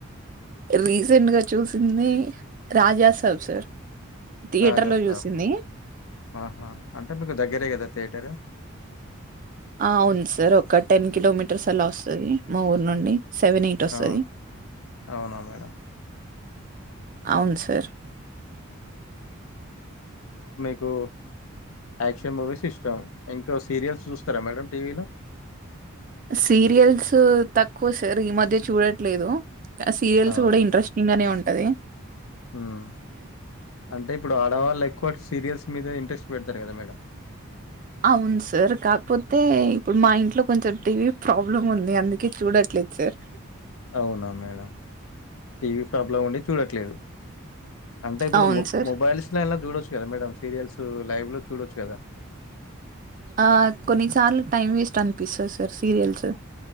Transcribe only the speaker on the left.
రాజా సాబ్
ఆహా అ మీకు దగ్గరే కదా థయేటర్
అవున అవునా మేడం
ఇకు యాక్షన్ మూవీస్ ఇష్టాం ఇంకో సీరియల్స్ చూస్తారా మేడం టీవీలో
అవును
ఉమ్ అంటే ఇప్పుడు ఆడవాళ్ళు ఎక్కువ బట్ సీరియల్స్ మీద ఇంట్రెస్ట్ పెడతారు కదా మేడం
అవునా మేడం టీవీ ప్రాబ్లం ఉండి చూడట్లేదు అంటే ఇప్పుడు
మొబైల్స్ లో అయిన చూడవచ్చు కదా మేడం సీరియల్స్ లైవ్ లో చూడొచ్చు కదా